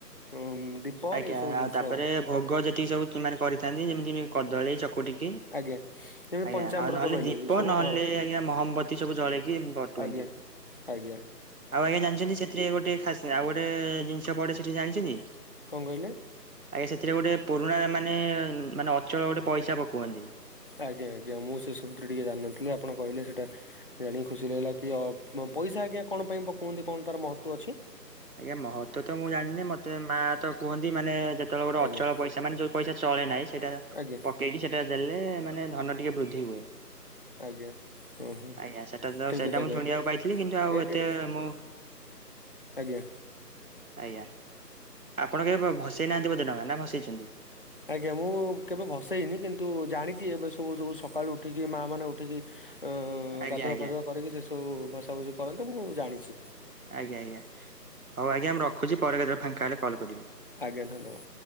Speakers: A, on the left; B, on the right.
A: ଉଁ, ଦୀପ
B: ଆଜ୍ଞା,
A: ଏଇ ସବୁ ଜିନିଷ
B: ଆଉ ତାପରେ ଭୋଗ ଯେତିକି ସବୁ ମାନେ କରିଥାନ୍ତି ଯେମିତିବି କଦଳୀ ଚକୁଟିକି,
A: ଆଜ୍ଞା ଯେମିତି
B: ଆଜ୍ଞା
A: ପଞ୍ଚାମୃତ
B: ଆଉ ନହେଲେ
A: କହିଲେ
B: ଦୀପ
A: ଯୋଉ ସବୁ
B: ନହେଲେ
A: ଘରେ
B: ଆଜ୍ଞା ମହମବତୀ ସବୁ ଜଳ ଦେଖି ବଟୁଅନ୍ତି
A: ଆଜ୍ଞା ଆଜ୍ଞା
B: ଆଉ ଆଜ୍ଞା ଜାଣିଛନ୍ତି ସେଥିରେ ଗୋଟେ ଖାସ ଆଉ ଗୋଟେ ଗୋଟେ ଜିନିଷ ପଡେ ସେଠି ଜାଣିଛନ୍ତି।
A: କଣ କହିଲେ
B: ଆଜ୍ଞା ସେଥିରେ ଗୋଟେ ପୁରୁଣା ମାନେ ମାନେ ଅଚଳ ଗୋଟେ ପଇସା ପକୋଅନ୍ତି।
A: ଆଜ୍ଞା ଆଜ୍ଞା ମୁଁ ସେ ସବୁଥିରେ ଟିକେ ଜାଣିନଥିଲି। ଆପଣ କହିଲେ ସେଇଟା ଜାଣିିକି ଖୁସି ଲାଗିଲା କି ଅ ପମ ପଇସା ଆଜ୍ଞା କଣ ପାଇଁ ପକୁଅନ୍ତି? କଣ ତାର ମହତ୍ଵ ଅଛି?
B: ଆଜ୍ଞା ମହତ୍ଵ ତ ମୁଁ ଜାଣିନି। ମତେ ମା ତ କୁହନ୍ତି ମାନେ ଯେ ଯେତେବେଳେ ଗୋଟେ
A: ଆଜ୍ଞା
B: ଅଚଳ ପଇସା, ମାନେ ଯୋଉ ପଇସା ଚଳେ ନାହିଁ ସେଇଟା
A: ଆଜ୍ଞା
B: ପକେଇକି ସେଇଟା ଦେଲେ ମାନେ ଧନ ଟିକେ ବୃଦ୍ଧି ହୁଏ।
A: ଆଜ୍ଞା ଓହୋ
B: ଆଜ୍ଞା ସେଟା ତ
A: ଠିକ
B: ସେଇଟା
A: କଥା ଆଜ୍ଞା
B: ମୁଁ ସୁଣିବାକୁ ପାଇଥିଲି, କିନ୍ତୁ ଆଉ
A: ଏ
B: ଏତେ
A: ଏଇଟା
B: ମୁଁ
A: ଆଜ୍ଞା।
B: ଆଜ୍ଞା। ଆପଣ କେବେ ଭସେଇ ନାହାନ୍ତି ବୋଧେ ଡଙ୍ଗା ନା ଭସେଇଛନ୍ତି?
A: ଆଜ୍ଞା ମୁଁ କେବେ ଭସେଇନି। କିନ୍ତୁ ଜାଣିଛି ଏବେ ସବୁ ଯୋଉ ସକାଳୁ ଉଠିକି ମା ମାନେ ଉଠିକି ଅ
B: ଆଜ୍ଞା
A: ଗାଧୁଆ
B: ଆଜ୍ଞା
A: ପାାଧୁଆ କରିକି ସେ ସବୁ ଭସା ଭସି କରନ୍ତି ମୁଁ ଜାଣିଛି।
B: ଆଜ୍ଞା ଆଜ୍ଞା। ହଉ ଆଜ୍ଞା ମୁଁ ରଖୁଛି ପରେ କେତେବେଳେ ଫାଙ୍କା ହେଲେ କଲ୍ କରିବି।
A: ଆଜ୍ଞା ଧନ୍ୟବାଦ।